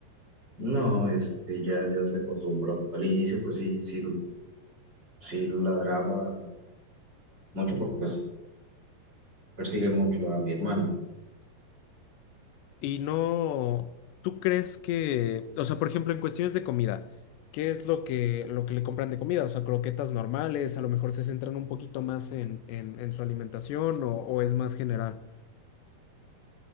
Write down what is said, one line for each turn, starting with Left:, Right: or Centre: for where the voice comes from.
Right: No, este, ya, ya se acostumbró. Al inicio pues sí, sí, sí ladraba mucho porque pues persigue mucho a mi hermana.
Left: Y no, ¿tú crees que, o sea, por ejemplo, en cuestiones de comida, ¿qué es lo que, lo que le compran de comida? O sea, croquetas normales, a lo mejor se centran un poquito más en, en, en su alimentación o, o es más general.